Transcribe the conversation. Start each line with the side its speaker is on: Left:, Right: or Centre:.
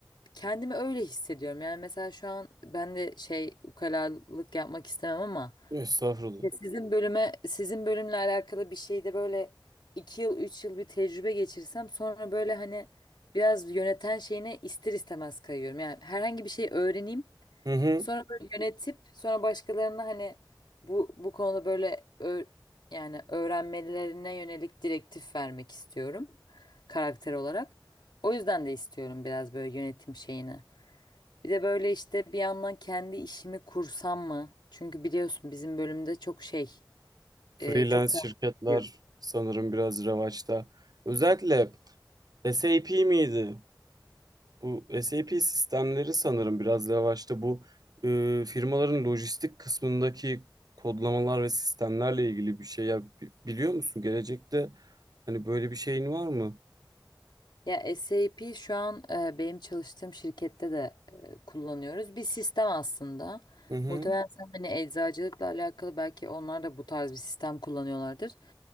Left: kendimi öyle hissediyorum yani mesela şu an ben de şey ukalalık yapmak istemem ama
Right: Estağfurullah.
Left: ya Sizin bölüme, sizin bölümle alakalı bir şeyde böyle iki yıl, üç yıl bir tecrübe geçirsem sonra böyle hani biraz yöneten şeyine ister istemez kayıyorum. Yani herhangi bir şey öğreneyim,
Right: Hı hı.
Left: sonra böyle yönetip sonra başkalarına hani bu bu konuda böyle ö- yani öğrenmelerine yönelik direktif vermek istiyorum karakter olarak. O yüzden de istiyorum biraz böyle yönetim şeyini. Bir de böyle işte bir yandan kendi işimi kursam mı? Çünkü biliyorsun bizim bölümde çok şey
Right: Freelance
Left: e, çok takip
Right: şirketler
Left: ediyor.
Right: sanırım biraz revaçta. Özellikle SAP miydi? Bu SAP sistemleri sanırım biraz revaçta bu e, firmaların lojistik kısmındaki kodlamalar ve sistemlerle ilgili bir şey. Ya, bi- biliyor musun gelecekte hani böyle bir şeyin var mı?
Left: Ya SAP şu an e, benim çalıştığım şirkette de e, kullanıyoruz. Bir sistem aslında.
Right: Hı hı.
Left: Muhtemelen sen hani eczacılıkla alakalı belki onlar da bu tarz bir sistem kullanıyorlardır.